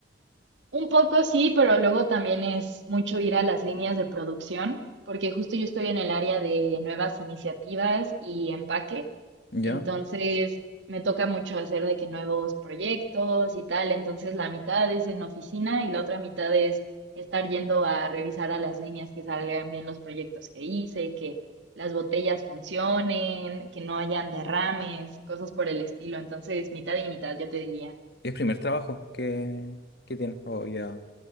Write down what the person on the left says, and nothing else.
¿ya?
¿Y ¿Es el primer trabajo que, que tienes? ¿O ya